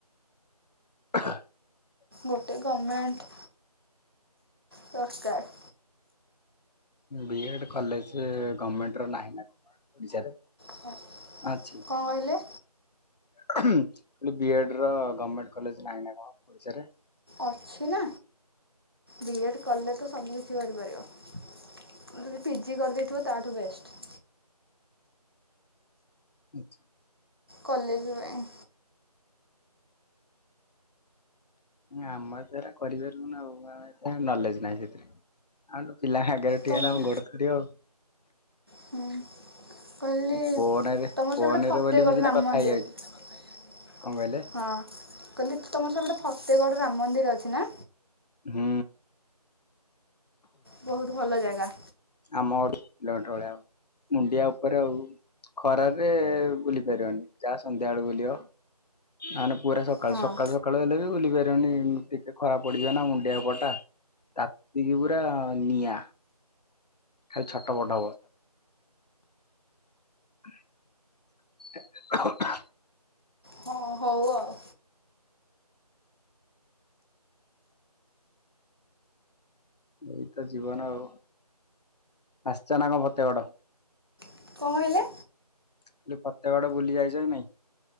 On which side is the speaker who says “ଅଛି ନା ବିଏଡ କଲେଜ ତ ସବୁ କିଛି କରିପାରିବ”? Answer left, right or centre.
Right